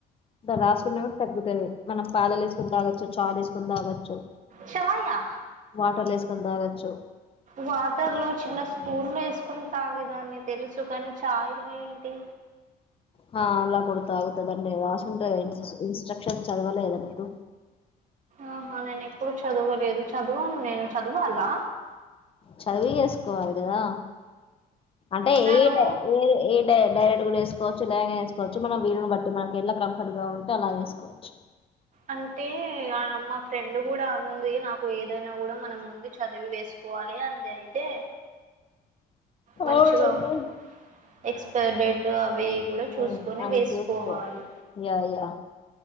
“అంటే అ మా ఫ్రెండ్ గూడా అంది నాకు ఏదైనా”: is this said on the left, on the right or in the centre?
Right